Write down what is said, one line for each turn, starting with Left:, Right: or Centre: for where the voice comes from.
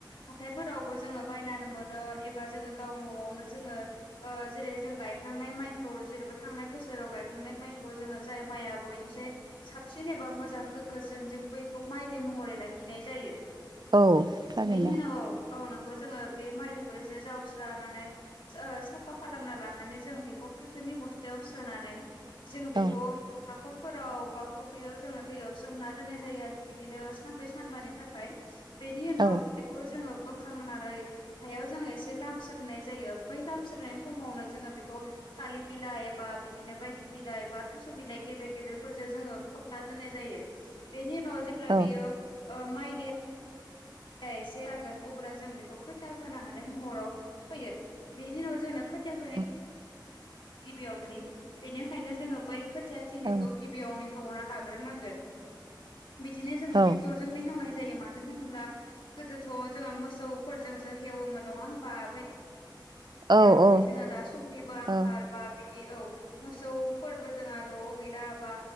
Left: हाथायफोरावबो जोंङो बायनानै मोनो एबा जोंङो गाव न'आवनो जोंङो जेरै जों गायखांनाय माइखौ जेनेबा थांनाय बोसोराव गायखांनाय माइखौ जोंङो जाय माइआ बयनिसाय साबसिन एबा मोजां गोगो जोनजों बैखौ माइलि महरै लाखिनाय जायो
Right: औ थारैनो
Left: बेनि उनाव औ जोंङो बे माइलिखौ एसे जावस्रोना ओ साफा खालामना लानानै जों बेखौ फाथो नि बस्थायाव सोनानै जों बेखौ
Right: औ
Left: हाखरफोराव बा फुख्रियाव जोंङो दैयाव सोमना दोननाय जायो आरोखि बिदिनो सानब्रै सानबानि थाखाय बिनि उनाव
Right: औ
Left: बेखौ जोंङो बोखांनानै हायाव जोंङो एसे लामस्रोनाय जायो बै लामस्रोनाय समावनो जोंङो बेखौ थालिर बिलाइ एबा बिदिनो बायदि बिलाइ एबा थास' बिलाइ गेदेर गेदेरफोरजों जोंङो खोबना दोननाय जायो। बेनि उनाव जेब्ला
Right: औ
Left: बियो माइया एसे जागोन अब्ला जों बेखौ खोथिा फोनो हानाय महराव फैयो बेनि उनाव जोंनो खोथिया फोनो
Right: औ
Left: गिबियावनो बेनिखायनो जोंङो बै खोथिया थिलिखौ
Right: औ
Left: गिबियावनो हेवना लाग्रोनांगोन बिदिनो जोंङो
Right: औ
Left: ट्रेक्टरजोंनो हेवनाय जायो मानो होनोब्ला गोदोथ' जोंहा मोसौफोरजोंसो हेवोमोन नङा होनोमबा बै
Right: औ
Left: आबौनि
Right: औ
Left: जोंहा दा समनिबो आंखाल
Right: औ
Left: बा बि औ मोसौ फोरबो जोंहा न'आव गैला बा